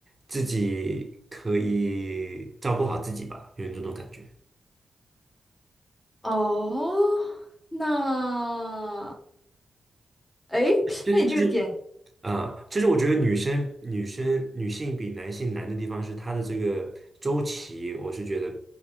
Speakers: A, on the right (about 30°); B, on the left (about 15°).
A: 自己可以照顾好自己吧，有点这种感觉。
B: 哦，那，诶，
A: 就就是就是。
B: 那你这个点
A: 呃，其实我觉得女生、女生、女性比男性难的地方是她的这个周期，我是觉得